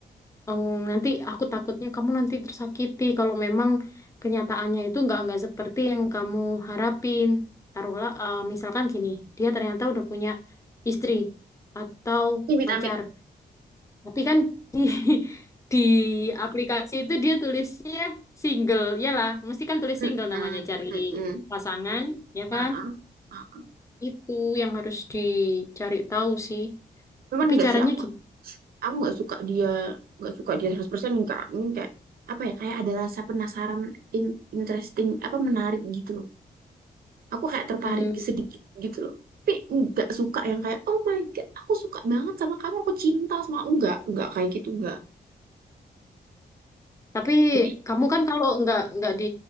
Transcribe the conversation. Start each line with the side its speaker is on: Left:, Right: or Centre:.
Left: eh, nanti aku takutnya kamu nanti tersakiti kalau memang kenyataannya itu nggak nggak seperti yang kamu harapin. Taruhlah, eh, misalkan gini, dia ternyata udah punya istri atau
Right: amit
Left: pacar.
Right: amit
Left: Tapi kan di <laughs> di aplikasi itu dia tulisnya single. Iyalah, mesti kan tulis
Right: Mm-mm,
Left: single namanya cari
Right: mm-mm,
Left: pasangan, ya
Right: uh-uh,
Left: kan?
Right: uh-uh.
Left: Itu yang harus dicari tahu sih.
Right: cuman
Left: Tapi
Right: enggak
Left: caranya
Right: sih aku nggak-
Left: gimana?
Right: aku nggak suka dia nggak suka dia 100% enggak ini kayak apa ya kayak ada rasa penasaran in- interesting apa menarik gitu loh aku kayak tertarik
Left: Hmm,
Right: sedikit gitu loh tapi enggak suka yang kayak oh my god aku suka banget sama kamu aku cinta sama kamu." enggak enggak kayak gitu enggak
Left: Tapi
Right: jadi
Left: kamu kan kalau nggak nggak di